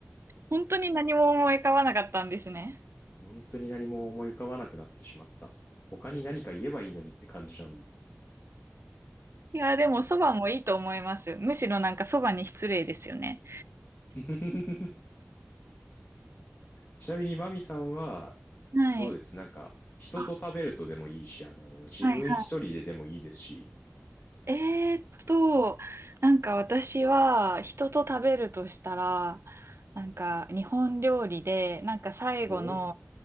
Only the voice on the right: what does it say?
本当に何も思い浮かばなかったんですね。
いや、でも、
そばもいいと思います。むしろなんかそばに失礼ですよね。
はい。
あ、
はいはい。えーっと、なんか私は人と食べるとしたら、なんか日本料理で、なんか最後の